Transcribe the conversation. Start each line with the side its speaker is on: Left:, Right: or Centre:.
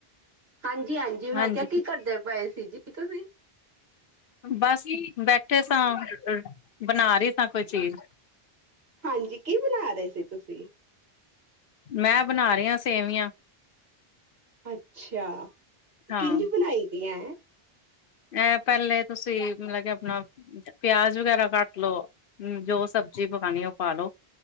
Right: ਹਾਂਜੀ-ਹਾਂਜੀ, ਮੈਂ
Left: ਹਾਂਜੀ
Right: ਕਿਹਾ ਕੀ ਕਰਦੇ ਪਏ। <unintelligible>
Left: ਬਸ ਬੈਠੇ ਸਾਂ, ਬਣਾ ਰਹੀ ਸਾਂ ਕੋਈ ਚੀਜ਼।
Right: ਹਾਂਜੀ, ਕੀ ਬਣਾ ਰਹੇ ਸੀ ਤੁਸੀਂ।
Left: ਮੈਂ ਬਣਾ ਰਹੀ ਹਾਂ, ਸੇਵੀਆਂ।
Right: ਅੱਛਾ।
Left: ਹਾਂ
Right: ਕਿੰਝ ਬਣਾਈ ਦੀਆਂ ਹੈ।
Left: ਇਹ ਪਹਿਲੇ ਤੁਸੀਂ ਮਤਲਬ ਕਿ ਆਪਣਾ ਪਿਆਜ ਵਗੈਰਾ ਕੱਟ ਲਓ। ਹੂ, ਜੋ ਸਬਜ਼ੀ ਪਾਉਣੀ ਉਹ ਪਾਲੋ,